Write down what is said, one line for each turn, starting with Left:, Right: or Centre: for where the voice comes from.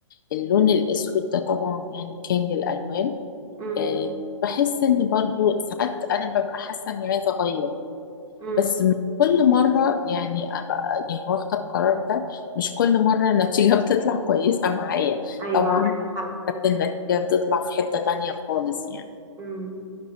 Left: اللون الاسود ده طبعا يعني كينج الالوان
Right: امم
Left: آه، بحس ان برضو ساعات انا ببقى حاسه اني عايزه اغير
Right: امم
Left: بس مش كل مره يعني ابقى يعني واخده القرار ده مش كل مره النتيجه <laughs> بتطلع كويسه معايا
Right: ايوه
Left: طبعا
Right: عندك حق
Left: ساعات النتيجه بتطلع في حته تانية خالص يعني
Right: امم